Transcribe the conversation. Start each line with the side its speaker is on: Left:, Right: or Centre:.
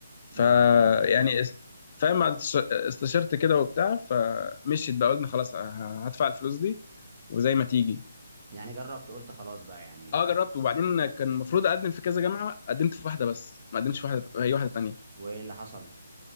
Left: فيعني
Right: امم امم
Left: اس- فاهم بعد استش- استشرت كده وبتاع فمشيت بقى قلنا خلاص ه- هدفع الفلوس دي وزي ما تيجي
Right: يعني جربت قلت خلاص بقى يعني
Left: اه جربت وبعدين كان المفروض اقدم في كذا جامعه قدمت في واحده بس ما قدمتش في واحده هي واحده تانية
Right: وايه اللي حصل